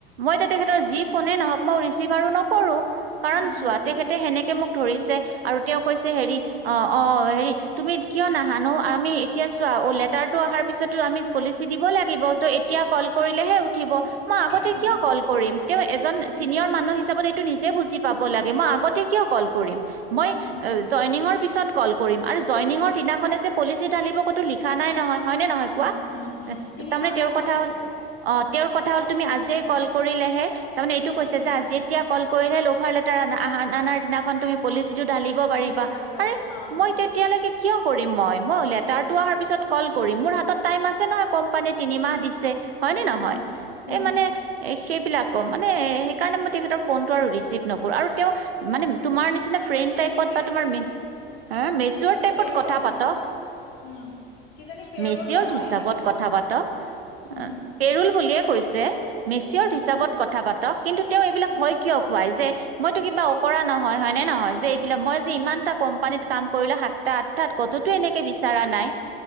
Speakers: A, on the right (about 85°); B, on the left (about 70°).
A: মইতে তেখেতৰ যি ফোনে নহক মই ৰিচিভ আৰু নকৰো কাৰণ
B: হম
A: চোৱা
B: হম
A: তেখেতে সেনেকে মোক ধৰিছে আৰু তেওঁক কৈছে হেৰি অ'- অ' হেৰি তুমি কিয় নাহানো আমি এতিয়া চোৱা অ লেটাৰটো অহাৰ পিছতো আমি পলিচি দিব লাগিব ত' এতিয়া কল কৰিলেহে উঠিব, মই আগতে
B: হম
A: কিয় কল কৰিম। তেওঁ এজন
B: হম উম
A: চিনিয়ৰ মানুহ হিচাপত এইটো নিজেও বুজি পাব লাগে। মই আগতে কিয় কল কৰিম, মই
B: উম
A: জইনিংৰ পিছত কল কৰিম, আৰু জইনিংৰ দিনাখনে যে পলিচি ঢালিব কতো লিখা নাই নহয় হয়নে নহয় কোৱা
B: উম- হম-হুম তিনিমাহ
A: তাৰমানে তেওঁৰ
B: সময়
A: অ'
B: থাকে
A: তেওঁৰ কথা
B: আৰু টাৰ্গেট
A: হ'ল তুমি
B: থাকে
A: আজিয়েই
B: নে
A: কল কৰিলেহে তাৰমানে এইটো কৈছে
B: উম
A: যে আজি এতিয়া কল কৰিলে অফাৰ লেটাৰ আনাৰ দিনাখন তুমি পলিচি ঢালিব পাৰিবা
B: দিব
A: আৰে
B: অ
A: মই
B: অ
A: তেতিয়ালৈকে কিয় কৰিম মই, মই লেটাৰটো
B: উম
A: অহা পিছত কল কৰিম মোৰ হাতত টাইম আছে ন কোম্পানী তিনিমাহ হয়
B: উম
A: নে নহয়
B: উম উম
A: এই মানে সেইবিলাক মানে সেইকাৰণে মই তেখেতৰ ফোনটো আৰু ৰিচিভ নকৰো আৰু তেওঁ মানে তোমাৰ নিচিনা ফ্ৰেণ্ড
B: কিজানি
A: টাইপত
B: পে
A: বা তোমাৰ মে হ মেচিয়ৰড
B: কিজানি
A: টাইপত
B: পেৰুলত
A: কথা
B: নহ
A: পাতক,
B: উম কিজানি পেৰুল
A: মেচিয়ৰড
B: নহয়ে
A: হিচাপত
B: কিজানি
A: কথা পাতক। অ
B: উম
A: পে'ৰুল বুলিয়ে কৈছে। মেচিয়ৰ
B: উম
A: হিচাপত কথা পাতা। কিন্তু তেওঁ এইবিলাক
B: উম
A: ভয় কিয় খোৱাই যে মইতো কিবা অকৰা নহয় হয় নে নহয় যে। বোলে মই যে
B: উম
A: ইমান কিটা কোম্পানী কাম কৰিলো তাত তো কেতিয়াই বিচৰা নাই।